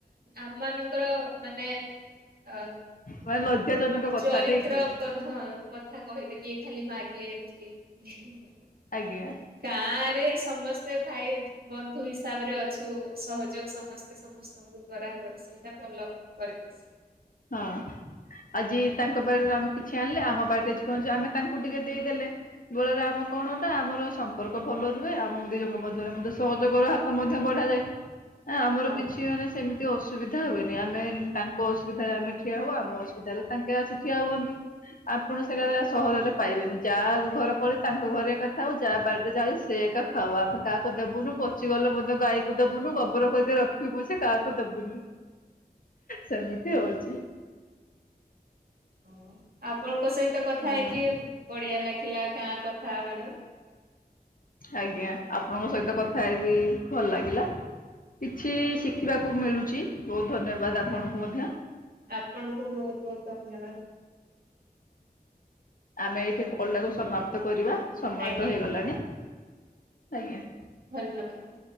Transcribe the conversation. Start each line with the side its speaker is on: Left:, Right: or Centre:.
Right: ଆମ ମାନଙ୍କର ମାନେ ଅ
Left: ମାନେ ଲଜ୍ଜାଜନକ କଥା
Right: ଚରିତ୍ର
Left: ନାଇଁ କି
Right: କଥା କହିବେ କିଏ ଖାଲି ମାଗେ ଏମତି। <inaudible>
Left: ଆଜ୍ଞା।
Right: ଗାଁ ରେ ସମସ୍ତେ ଭାଇ ବନ୍ଧୁ ହିସାବରେ ଅଛୁ ସହଯୋଗ ସମସ୍ତେ ସମସ୍ତଙ୍କୁ କରାହୁଏ ସେଇଟା ଭଲ ପରିବେଶ
Left: ହଁ ଆଜି ତାଙ୍କ
Right: ହଁ
Left: ବାରରୁ ଆମେ କିଛି ଆଣିଲେ ଆମ ଆମ ବାଡ଼ିରେ ପୁହଞ୍ଚୁ ଆମେ ତାଙ୍କୁ ଟିକେ ଦେଇଦେଲେ ବେଳରେ ଆମ କଣଟା ଆମର ସମ୍ପର୍କ ଭଲ ରୁହେ ଆଉ ଦିଜଙ୍କ ମଧ୍ୟରେ ମଧ୍ୟ ସହଯୋଗର ହାତ ମଧ୍ୟ ବଢାଯାଏ। ଆମର
Right: ହଁ
Left: କିଛି ମାନେ ସେମିତି ଅସୁବିଧା ହୁଏନି ଆମେ ତାଙ୍କ ଅସୁବିଧାରେ ଆମେ ଠିଆ ହଉ ଆମ ଅସୁବିଧାରେ ତାଙ୍କେ ଆସି ଠିଆ ହୁଅନ୍ତି ଆପଣ ସେଟା
Right: ହଁ
Left: ସହରରେ ପାଇବେନି ଯାହା ଘର କଳି ତାଙ୍କ ଘରେ ଏକା ଥାଉ ଯାହା ବାଡ଼ିରେ ଯାାଇ ସେ ଏକା ଖାଉ ଆମେ କାହାକୁ ଦେବୁନୁ ପଚିଗଲେ ମଧ୍ୟ ଗାଈକୁ ଦେବୁନୁ ଗୋବର ଖକି ରଖିବୁ ସେ କାହାକୁ ଦବୁନି ସେମିତି ହଉଛି।
Right: ହ ଆପଣଙ୍କ ସହିତ ଗତ କଥା
Left: ହୁଁ
Right: ହେଇକି ବଢିଆ ଲାଗିଲା ଗାଁ କଥା ମ୍ୟାଡ
Left: ଆଜ୍ଞା ଆପଣଙ୍କ ସହିତ କଥା ହେଇବି ଭଲ ଲାଗିଲା। କିଛି
Right: ହଁ ହଁ
Left: ଶିଖିବାକୁ ମିଳୁଛି। ବହୁତ ଧନ୍ୟବାଦ ଆପଣଙ୍କୁ
Right: ଆଜ୍ଞା
Left: ମଧ୍ୟ।
Right: ଆପଣଙ୍କୁ ବହୁତ ବହୁତ ଧନ୍ୟବାଦ। <inaudible>
Left: ଆମେ ଏଇଠି କଲ ଟାକୁ ସମାପ୍ତ କରିବା। ସମୟ
Right: ଆଜ୍ଞା
Left: ତ ହେଇଗଲାଣି ଆଜ୍ଞା
Right: ଧନ୍ୟବାଦ।